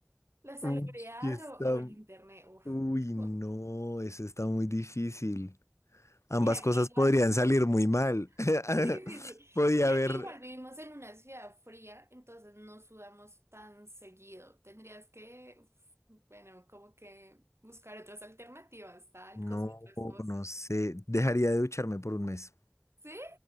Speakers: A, on the right (about 65°); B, on the left (about 85°).
A: La salubridad
B: Uy, sí está...
A: o, o el internet, uff.
B: Uy,
A: <laughs>
B: no, eso está muy difícil. Ambas
A: Mira
B: cosas
A: que igual,
B: podrían salir muy mal. <laughs>
A: <laughs> sí, sí. sí.
B: Podía
A: Mira
B: haber...
A: que igual vivimos en una ciudad fría, entonces no sudamos tan seguido. Tendrías que, uf, bueno, como que buscar otras alternativas, talcos
B: No,
A: y otras cosas.
B: no sé. Dejaría de ducharme por un mes.
A: ¿Sí?